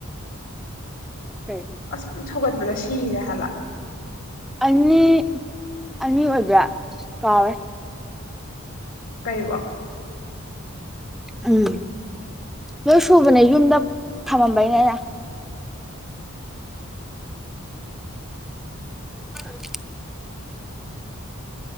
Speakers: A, in the centre; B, on the left (about 85°).
A: ꯀꯩ
B: ꯑꯁ ꯁꯧꯒꯠꯄꯗ ꯁꯤꯔꯦ ꯍꯥꯏꯕ
A: ꯑꯅꯤ ꯑꯅꯤ ꯑꯣꯏꯕ ꯀꯥꯎꯋꯦ
B: ꯀꯩꯔꯤꯕ
A: ꯎꯝ ꯅꯣꯏ ꯁꯨꯕꯅꯦ ꯌꯨꯝꯗ ꯊꯝꯃꯝꯕꯩꯅꯦ ꯑꯩꯅ ꯫